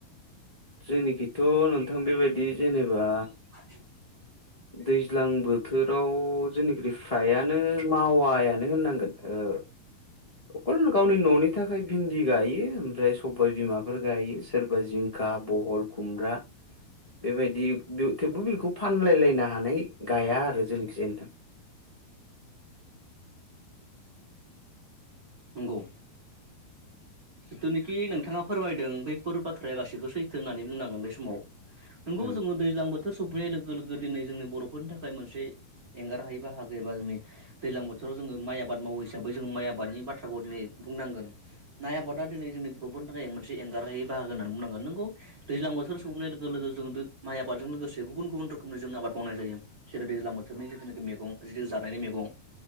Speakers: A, on the left; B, on the right.
A: जोंनिखैथ' नोंथां बेबायदि जेनेबा
B: <inaudible>
A: दैज्लां बोथोराव जोंनिख्रुइ फ्रायानो मावायानो होननांगोन ओ अखल गावनि न'नि थाखाय भिन्दि गायो ओमफ्राय सबाय बिमाफोर गायो सोर <unintelligible> जिंखा बहल खुमब्रा बेबायदि थेवबो बेखौ फानलायलाय नाहानै गाया आरो जोंनिखिजाय नोंथां
B: नंगौ जिथुनिखि नोंथाङा फोरमायदों बैफोर बाथ्राया गासिबो सैथो होननानै बुंनांगोन बे समाव नोंगौ
A: उम
B: जों दैज्लां बोथोर सौफैनाय लोगो लोगो दिनै जोंनि बर'फोरनि थाखाय मोनसे एंगारहायि बाहागो एबा जोंनि दैज्लां बोथोराव जोङो माइ आबाद मावो हिसाबै जों माइ आबादनि बाथ्राखौ दिनै बुंनांगोन माइ आबादा दिनै जोंनि बर'फोरनि थाखाय मोनसे एंगारहायै बाहागो होननानै बुंनांगोन नोंगौ दैज्लां बोथोर खौनो लोगो लोगो जों दो माइ आबादजों लोगोसे गुबुन गुबुन रोखोमनि जों आबाद मावनाय जायो बिसोरो दैजां बोथोरनि जिथुनिखि मेगं जिथु जानायनि मेगं